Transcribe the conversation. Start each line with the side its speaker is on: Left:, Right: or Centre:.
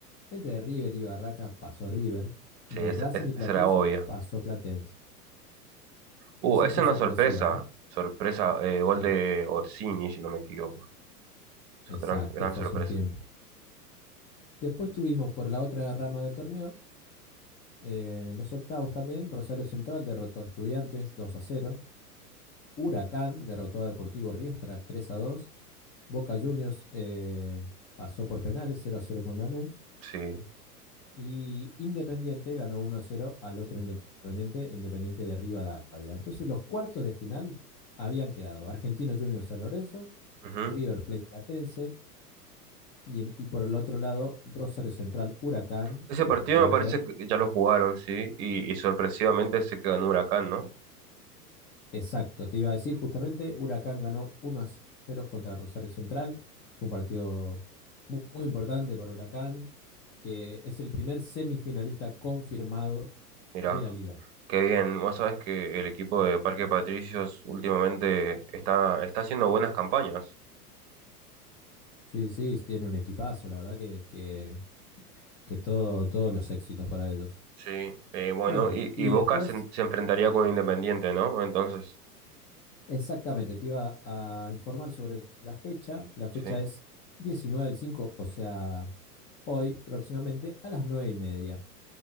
Left: entre River y Barracas pasó River,
Right: Sí,
Left: entre
Right: es,
Left: Racing
Right: es-
Left: y Platense
Right: esa era obvia.
Left: pasó Platense.
Right: Uh,
Left: Esa
Right: es
Left: fue
Right: una
Left: sorpresiva,
Right: sorpresa.
Left: ¿no?
Right: Sorpresa, eh, gol
Left: Sí,
Right: de Orsini, si no me equivoco. So-
Left: exacto,
Right: Gran, gran
Left: fue
Right: sorpresa.
Left: hace un tiempo. Después tuvimos por la otra rama del torneo, eh, en los octavos también, Rosario Central derrotó a Estudiantes dos a cero Huracán derrotó a Deportivo Riestra tres a dos Boca Juniors eh, pasó por penales cero a cero con Lanús.
Right: Sí.
Left: Y Independiente ganó 1 a 0 al otro Independiente, Independiente de Rivadavia. Entonces los cuartos de final habían quedado Argentino Juniors San Lorenzo,
Right: Ujú.
Left: River Plate Platense y, y por el otro lado Rosario Central Huracán,
Right: Ese
Left: que
Right: partido
Left: se jugó
Right: me parece
Left: ayer.
Right: que ya lo jugaron, sí. Y, y sorpresivamente se quedó en Huracán, ¿no?
Left: Exacto, te iba a decir justamente, Huracán ganó 1 a 0 contra Rosario Central. Fue un partido mu- muy importante para Huracán, que es el primer semifinalista confirmado
Right: Mirá,
Left: de la liga.
Right: qué bien. Vos sabés que el equipo de Parque Patricios últimamente está, está haciendo buenas campañas.
Left: Sí, sí, tiene un equipazo, la verdad que, que, que todo, todos los éxitos para ellos.
Right: Sí, eh, bueno,
Left: Bueno,
Right: y, y
Left: y
Right: Boca
Left: después,
Right: se, en- se enfrentaría con Independiente, ¿no? Entonces,
Left: exactamente, te iba a informar sobre la fecha. La fecha
Right: sí,
Left: es 19 del 5, o sea, hoy próximamente a las 9 y media.